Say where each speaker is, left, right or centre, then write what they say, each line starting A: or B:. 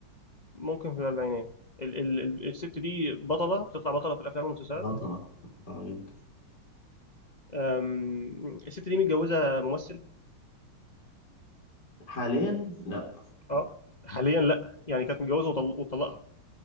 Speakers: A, on the left; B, on the left.
A: ممكن في الأربعينات ال ال ال- الست دي بطلة بتطلع بطلة في الأفلام والمسلسلات
B: بطلة بطلة جدا
A: أم، الست دي متجوزة ممثل
B: حاليا لا
A: اه حاليا لا يعني كانت متجوزه وطل... وطلقها